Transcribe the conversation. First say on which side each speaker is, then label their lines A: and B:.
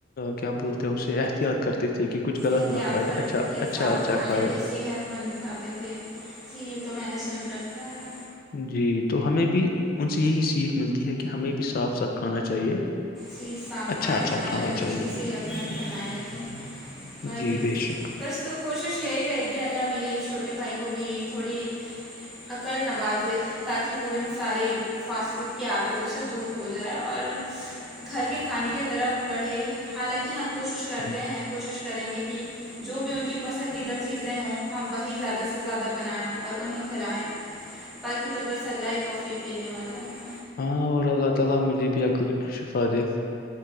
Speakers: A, on the left; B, in the centre.
A: کیا بولتے ہیں اسے احتیاط کرتے تھے کہ کچھ غلط
B: احتیاط
A: نہ کھائے
B: کرتے
A: اچھا
B: تھے
A: اچھا
B: صاف
A: اچھا
B: کھاتے
A: کھائے
B: تھے صحت مند کھاتے تھے جی یہ تو میں نے سن رکھا ہے
A: جی تو ہمیں بھی ان سے یہی سیکھ ملتی ہے کہ ہمیں بھی صاف صاف کھانا چاہیے
B: چیز صاف
A: اچھا
B: کھانا
A: اچھا
B: کھائیں تندرستی
A: چاہیے
B: صحت مند بنائے رکھیں پر
A: جی بے شک
B: بس تو کوشش یہی رہے گی اللہ میرے چھوٹے بھائی کو بھی تھوڑی عقل نوازے تاکہ وہ ان سارے فاسٹ فوڈ کو کی عادتوں سے دور ہو جائے اور گھر کے کھانے کی طرف بڑھے حالانکہ ہم کوشش کرتے
A: ہوں۔
B: ہیں کوشش کریں گے کہ جو بھی ان کی پسندیدہ چیزیں ہوں ہم وہی زیادہ سے زیادہ بنائیں اور انہیں کھلائیں باقی تو بس اللہ ہی توفیق دینے والا ہے
A: ہاں اور اللہ تعالی مجھے بھی عقل شفا دے